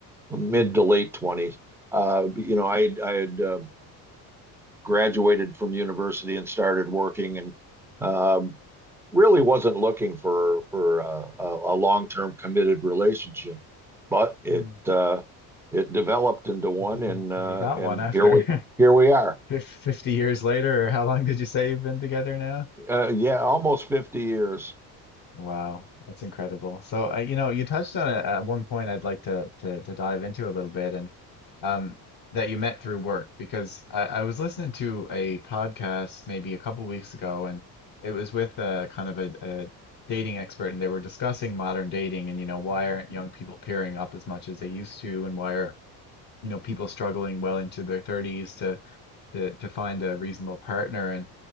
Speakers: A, in the centre; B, on the left.
A: mid
B: Hmm.
A: to late twenties. Uh, you know, I had- I had uh, graduated from university and started working and. Um, really wasn't looking for for uh, a, a long-term committed relationship, but it
B: Hmm.
A: uh, it developed into one,
B: <laughs>
A: and uh,
B: You got
A: and
B: one after
A: here we here we are.
B: <laughs> fif- 50 years later, or how long did you say you've been together now?
A: Uh, yeah, almost 50 years.
B: Wow, that's incredible. So, uh, you know, you touched on it at one point I'd like to to, to dive into a little bit, and um, that you met through work because I, I was listening to a podcast maybe a couple weeks ago, and it was with a kind of a, a dating expert, and they were discussing modern dating and you know why aren't young people pairing up as much as they used to, and why are you know people struggling well into their 30s to to to find a reasonable partner. And